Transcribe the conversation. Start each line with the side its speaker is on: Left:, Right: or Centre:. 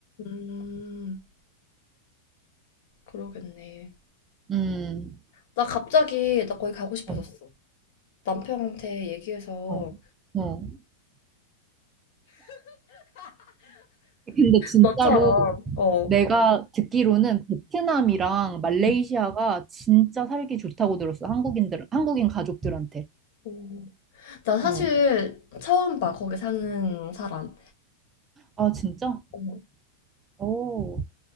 Left: 음, 그러겠네.
Right: 음,
Left: 나 갑자기 나 거기 가고 싶어졌어.
Right: 어,
Left: 남편한테 얘기해서
Right: 어, 어. 근데 진짜로
Left: 너처럼. 어,
Right: 내가 듣기로는 베트남이랑 말레이시아가
Left: 음,
Right: 진짜 살기 좋다고 들었어. 한국인들, 한국인 가족들한테.
Left: 오. 나 사실
Right: 어.
Left: 처음 봐 거기 사는 사람
Right: 아, 진짜?
Left: 어.
Right: 오.